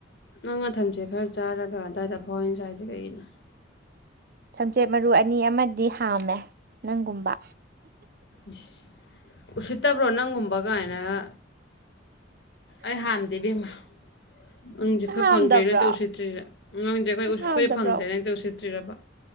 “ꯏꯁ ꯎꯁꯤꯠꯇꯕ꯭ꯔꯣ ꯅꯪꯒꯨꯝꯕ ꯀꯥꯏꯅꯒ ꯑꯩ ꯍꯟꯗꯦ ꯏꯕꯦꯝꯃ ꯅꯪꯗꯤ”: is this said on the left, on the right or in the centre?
Left